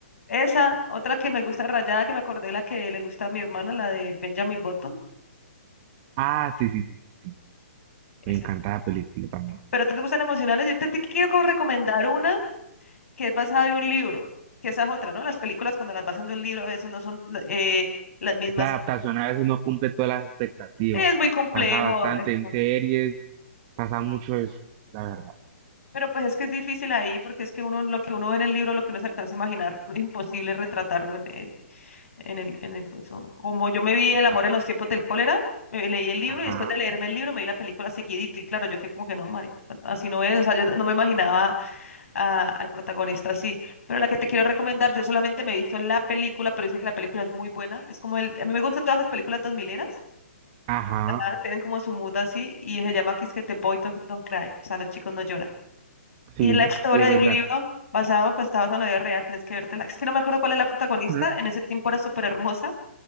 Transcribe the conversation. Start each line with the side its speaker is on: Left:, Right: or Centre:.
Left: esa, otra que me gusta rayada, que me acordé, la que le gusta a mi hermana, la de Benjamin Button.
Right: Ah, sí, sí, sí, sí.
Left: Esa.
Right: Me encanta la película también.
Left: Pero te gustan emocionales. Yo te, te quiero como recomendar una que es basada en un libro, que esa es otra, ¿no? Las películas cuando las basan de un libro a veces no son eh, las mismas.
Right: La adaptación a veces no cumple todas las expectativas.
Left: Es muy complejo,
Right: Pasa bastante
Left: es
Right: en series, pasa mucho eso, la verdad.
Left: pero pues es que es difícil ahí porque es que uno lo que uno ve en el libro, lo que uno se alcanza a imaginar, es imposible retratarlo en, eh, En el, en el, eso. Como yo me vi
Right: Total.
Left: El amor en los tiempos del cólera, me leí el libro
Right: Ajá,
Left: y después de leerme el libro me vi la película seguidita y claro, yo que como que no, mari- así no es, o sea, yo no me imaginaba a- al protagonista así. Pero la que te quiero recomendar, yo solamente me he visto la película, pero dice que la película es muy buena, es como el, a mí me gustan todas las películas dos mileras,
Right: ajá,
Left: ah, tienen como su mood así y se llama que es que The Boy Don't, Don't Cry, o sea, los chicos no lloran. Y
Right: sí.
Left: es la historia
Right: ¿Y de
Left: de
Right: qué
Left: un
Right: trata?
Left: libro basado, pues está basado en la vida real, tenés que vértela. Es que no me acuerdo cuál es la protagonista,
Right: Mm,
Left: en ese tiempo era súper hermosa